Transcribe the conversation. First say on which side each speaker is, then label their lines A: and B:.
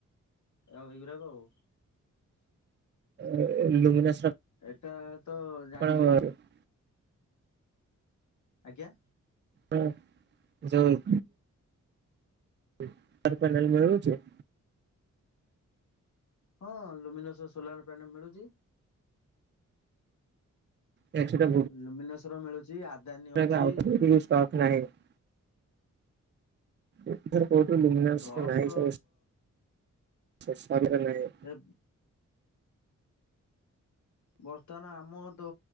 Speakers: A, on the left; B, on the right.
A: ଆଉ ଏଇଗୁରାକ ଆଉ
B: ଏ ଲୁମିନସ ର
A: ଏଟା ତ ଜାଣିଥିବେ
B: <unintelligible>
A: ଆଜ୍ଞା।
B: ହଁ ଯଉ ହୁଁ ତାର ପୋନାଲ ମଳୁଚି?
A: ହଁ ଲୁମିନସ ର ସୋଲାର ପ୍ୟାନଲ ମିଳୁଚି।
B: ଏଆଡେ ସେଟା
A: ଲୁମିନେସ ର ମିଳୁଚି ଆଦାନୀ
B: <unintelligible>
A: ଅଛି
B: ନାହିଁ ଏଠି କୋଉଠି ଲୁମିନେସ
A: ଟକ
B: ର ନାହିଁ <unintelligible> ଶେଷମ ର ନାହିଁ।
A: ଏବ ବର୍ତ୍ତମାନ ଆମ ଦ